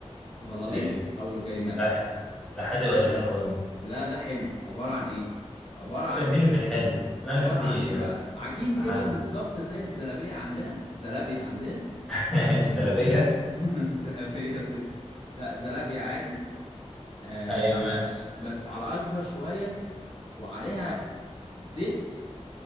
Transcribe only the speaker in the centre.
ايوه
ده حلو ده حادق ولا حلو برضه
وديني في الحلو انا
نفسي
في
حلو
<laughs>
زلابيه
ايوه ماشي